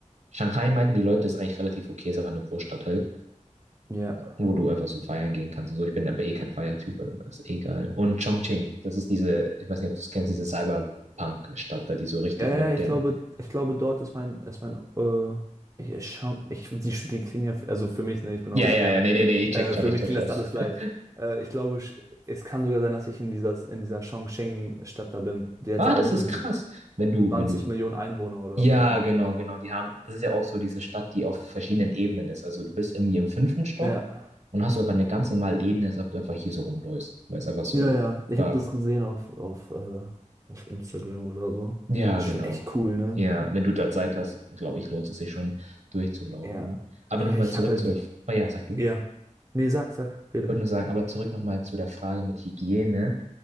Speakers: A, on the right; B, on the right.
A: Shanghai meinten die Leute, ist eigentlich relativ okay, ist einfach eine Großstadt halt,
B: ja.
A: wo du einfach so feiern gehen kannst und so. Ich bin aber eh kein Feiertyp, also das ist eh egal. Und Chongqing, das ist diese, ich weiß nicht, ob du es kennst, diese Cyberpunk-Stadt da, die so richtig
B: Ja, ja,
A: modern
B: ja, ich glaube, ich glaube, dort ist mein, ist mein, äh, ich, ich, schau- ich die, die klingen ja, f- also für mich, ne, ich bin
A: Ja,
B: Europäer,
A: ja, ja, nee, nee, nee, ich
B: äh,
A: check schon,
B: für
A: ich
B: mich
A: check
B: klingt
A: schon.
B: das alles gleich.
A: <laughs>
B: Äh, ich glaube, sch- es kann sogar sein, dass ich in dieser, in dieser Chongqing-Stadt da bin. Die hat
A: Ah,
B: ja auch
A: das
B: irgendwie
A: ist krass.
B: so
A: Wenn du,
B: 20
A: wenn du.
B: Millionen Einwohner oder
A: Ja,
B: so, ne?
A: genau, genau. Die haben, das ist ja auch so diese Stadt, die auf verschiedenen Ebenen ist. Also du bist irgendwie im fünften Stock
B: Ja.
A: und hast du einfach eine ganz normale Ebene, als ob du einfach hier so rumläufst. Weil es einfach so
B: Ja, ja, ich
A: war.
B: habe das gesehen auf, auf, äh, auf Instagram oder so.
A: Ja,
B: Ist
A: genau.
B: schon echt cool, ne?
A: Ja, wenn du da Zeit hast, glaube ich, lohnt es sich schon durchzulaufen.
B: Ja.
A: Aber
B: Ja,
A: nochmal
B: ich
A: zurück
B: habe halt,
A: zur. Oh ja, sag du. Ich
B: ja. Nee, sag, sag, rede.
A: wollte nur sagen, aber zurück nochmal zu der Frage mit Hygiene.